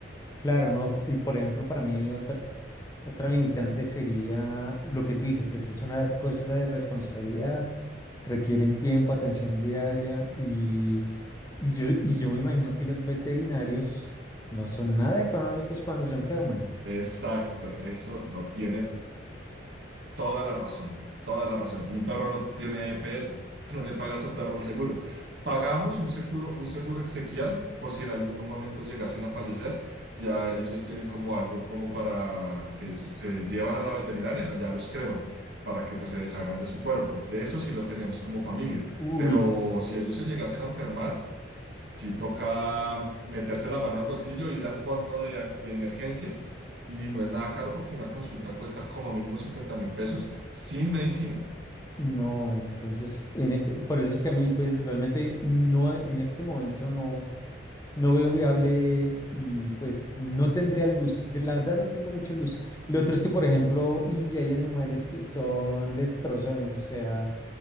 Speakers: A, on the left (about 15°); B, on the right (about 60°).
A: Claro, ¿no? Y por ejemplo, para mí otra, otra limitante sería lo que tú dices, pues es una cosa de responsabilidad, requieren tiempo, atención diaria y, y yo, y yo me imagino que los veterinarios no son nada económicos cuando se enferman.
B: Exacto, eso lo tiene Toda la razón, toda la razón. Y un perro no tiene EPS, <laughs> tú no le pagas a un perro el seguro. Pagamos un seguro, un seguro exequial por si en algún momento llegasen a fallecer, ya ellos tienen como algo como para que se se llevan a la veterinaria, allá los creman para que pues se deshagan de su cuerpo. Eso sí lo tenemos como familia,
A: Uy,
B: pero
A: s-
B: si ellos se llegasen a enfermar, sí toca meterse la mano al bolsillo, ir al fondo de, de emergencias y no es nada caro porque una consulta cuesta como mínimo cincuenta mil pesos sin medicina.
A: no, entonces, en e- por eso es que a mí, pues realmente no, en este momento no. No veo viable y pues no tendría el gusto, de- la verdad no tengo mucho el gusto. Lo otro es que, por ejemplo, y hay animales que son destrozones, o sea,